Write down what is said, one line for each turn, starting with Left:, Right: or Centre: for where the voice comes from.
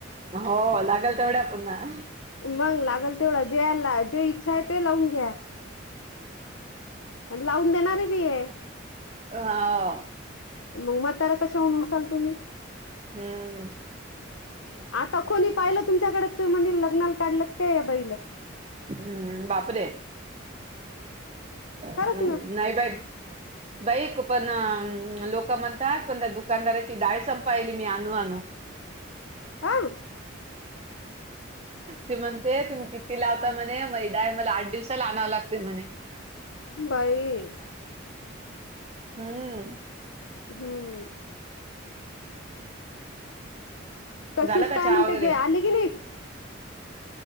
Right: हो लागेल तेवढ्या पुन्हा
Left: मग लागल तेवढं जे जे इच्छा आहे ते लावून घ्या आणि लावून देणारी बी आहे.
Right: अ हो
Left: मग म्हातार कशाहऊन होतात तुम्ही
Right: हम्म
Left: आता कोणी पाहिलं तुमच्याकडे म्हण लग्नाला काढलं काय या बाईला
Right: हम्म् बापरे हम्
Left: खरंच ना
Right: नाही बाई बाईक पण लोक म्हणतात पण त्या दुकानदाराची डाळ संपायली मी आणनू आणनू
Left: आ
Right: ते म्हणते तुम्ही किती लावता म्हणे मैदाय मला आठ दिवसाला आणवं लागते म्हणे
Left: बाई
Right: हम्म
Left: हम्म तशीच
Right: झालं का
Left: काय
Right: चहा
Left: म्हणते
Right: वगैरे
Left: गे आली की नाही.